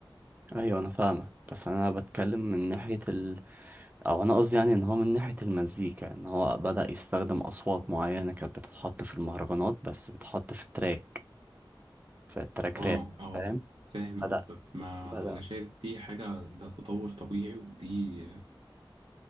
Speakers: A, on the right; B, on the right.
A: ايوه انا فاهمك بس انا بتكلم من ناحية ال... او انا قصدي يعني ان هو من ناحية المزيكا ان هو بدأ يستخدم اصوات معينة كانت بتتحط في المهرجانات بس بتتحط في تراك في تراك
B: اه
A: راب
B: اه
A: فاهم؟
B: فاهم
A: بدأ
B: قصدك ما
A: بدأ
B: انا شايف دي حاجة ده تطور طبيعي ودي